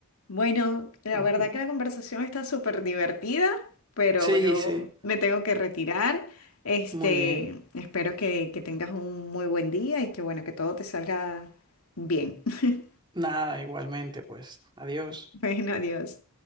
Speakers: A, on the left; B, on the right.
A: Bueno, la
B: Ujú.
A: verdad que la conversación está súper divertida, pero
B: Sí,
A: yo
B: sí,
A: me tengo que retirar. Este,
B: muy bien.
A: espero que, que tengas un muy buen día y que bueno, que todo te salga bien. <laughs>
B: Nada, igualmente, pues, adiós.
A: Bueno, adiós.